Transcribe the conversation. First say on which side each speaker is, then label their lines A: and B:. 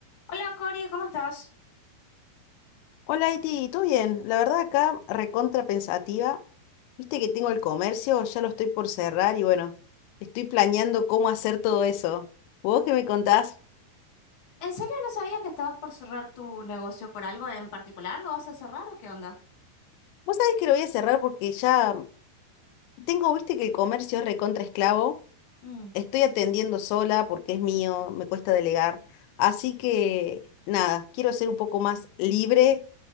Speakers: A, on the left (about 35°); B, on the left (about 85°).
A: Hola Cori, ¿cómo estás?
B: Hola, Iti, ¿todo bien? La verdad acá recontra pensativa. Viste que tengo el comercio, ya lo estoy por cerrar y bueno, estoy planeando cómo hacer todo eso. ¿Vos qué me contás?
A: ¿En serio no sabía que estabas por cerrar tu negocio por algo en particular? ¿Lo vas a cerrar o qué onda?
B: Vos sabés que lo voy a cerrar porque ya tengo, viste que el comercio es recontra esclavo
A: Mm,
B: Estoy atendiendo sola porque es mío, me cuesta delegar. Así que nada, quiero ser un poco más libre